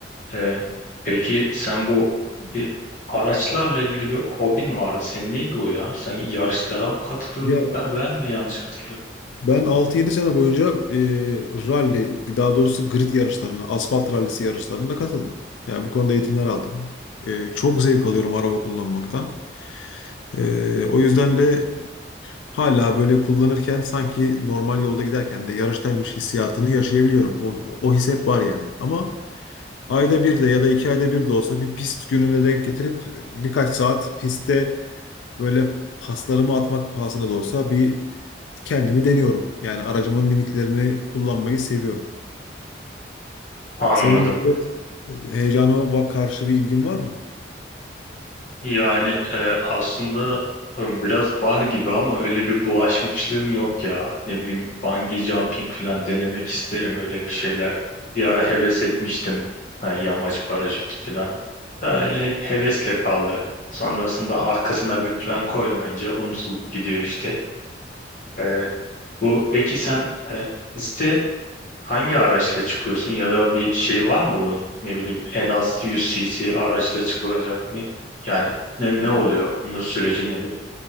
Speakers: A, on the left; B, on the left.
A: Ee, peki sen bu bir araçlarla ilgili bir hobin vardı. Senin neydi o ya? Sen yarışlara mı katılıyordun?
B: Ya.
A: Ben ben mi yanlış hatırlıyorum?
B: Ben altı yedi sene boyunca e, rally, daha doğrusu grid yarışlarına, asfalt rallisi yarışlarına katıldım. Yani bu konuda eğitimler aldım. E, çok zevk alıyorum araba kullanmaktan. E, o yüzden de Hala böyle kullanırken sanki normal yolda giderken de yarıştaymış hissiyatını yaşayabiliyorum. O, o his hep var yani. Ama ayda bir de ya da iki ayda bir de olsa bir pist gününe denk getirip birkaç saat pistte böyle paslarımı atmak pahasına da olsa bir kendimi deniyorum. Yani aracımın limitlerini kullanmayı seviyorum.
A: Anladım.
B: Senin böyle e, heyecana va- karşı bir ilgin var mı?
A: Yani e, aslında e, biraz var gibi ama öyle bir bulaşmışlığım yok ya. Ne bileyim bungee jumping falan denemek isterim öyle bir şeyler. Bir ara heves etmiştim. Ha, yamaç paraşütü falan. Da Öyle hep hevesle kaldı. Sonrasında arkasına bir plan koymayınca unutulup gidiyor işte. Ee, bu peki sen e, bizde hangi araçla çıkıyorsun ya da bir şey var mı bunun? Ne bileyim en az 100 cc araçla çıkılacak ne? Yani ne,
B: Yok.
A: ne oluyor? Bunun süreci nedir?